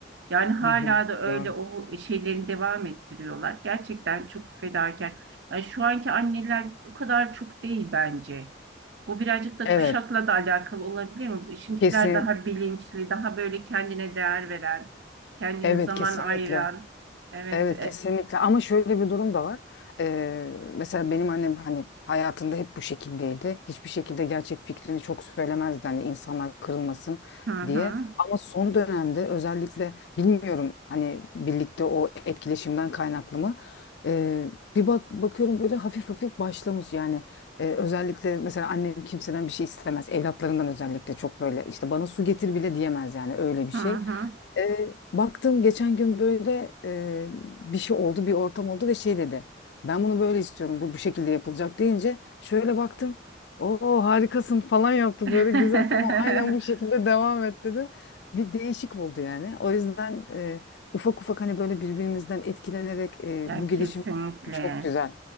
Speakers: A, on the right; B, on the left.
A: Yani hala
B: Hı hı.
A: da öyle
B: Doğru.
A: o şeylerini devam ettiriyorlar. Gerçekten çok fedakar. Yani şu anki anneler o kadar çok değil bence. Bu birazcık da
B: Evet,
A: kuşakla da alakalı olabilir mi? Şimdikiler
B: kesin,
A: daha bilinçli, daha böyle kendine değer veren, kendine
B: evet
A: zaman
B: kesinlikle.
A: ayıran. Evet.
B: Evet
A: e,
B: kesinlikle ama şöyle bir durum da var. Ee, mesela benim annem hani hayatında hep bu şekildeydi. Hiçbir şekilde gerçek fikrini çok söylemezdi hani insanlar kırılmasın
A: Hı hı.
B: diye. Ama son dönemde özellikle bilmiyorum hani birlikte o etkileşimden kaynaklı mı? Ee, bir bak bakıyorum böyle hafif hafif başlamış yani. Ee, özellikle mesela annem kimseden bir şey istemez. Evlatlarından özellikle çok böyle işte bana su getir bile diyemez yani öyle bir şey.
A: Hı hı.
B: E, baktım geçen gün böyle e, bir şey oldu, bir ortam oldu ve şey dedi. Ben bunu böyle istiyorum, bu bu şekilde yapılacak deyince şöyle baktım. Oo harikasın falan yaptı
A: <laughs>
B: böyle güzel tamam aynen bu şekilde devam et dedi. Bir değişik oldu yani. O yüzden e, ufak ufak hani böyle birbirimizden etkilenerek e,
A: Ya
B: bu gelişim
A: kesinlikle.
B: çok güzel.